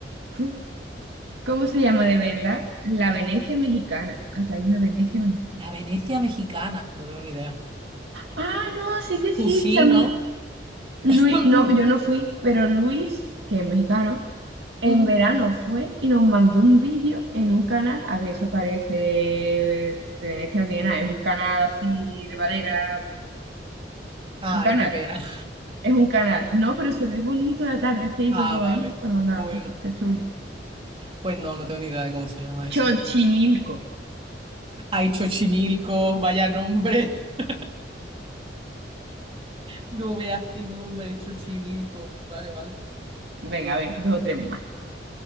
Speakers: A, on the right; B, on the right.
A: Fu. ¿Cómo se llama de verdad? La Venecia mexicana. Ah, que hay una Venecia mexicana.
B: La Venecia mexicana, no tengo ni idea.
A: Ah, no, sí que existe
B: Tú sí,
A: a mí.
B: ¿no?
A: Luis,
B: <coughs>
A: no, yo no
B: <clears throat>
A: fui, pero Luis, que es mexicano, en
B: Ujú.
A: verano fue y nos mandó un vídeo en un canal, a ver, eso parece de Venecia no tiene nada, es un canal así de madera,
B: Ay,
A: un canal,
B: qué pena.
A: es un canal, no, pero se ve bonito el atardecer y
B: Ah,
A: todo
B: vale.
A: ahí, cuando mandó
B: Bueno.
A: la foto, está chuli.
B: Pues no, no tengo ni idea de cómo se llama eso.
A: Chochimilco,
B: Ay, Chochimilco, vaya nombre. <laughs> No veas qué nombre, Chochimilco. Vale, vale.
A: venga, a ver, dos o tres más.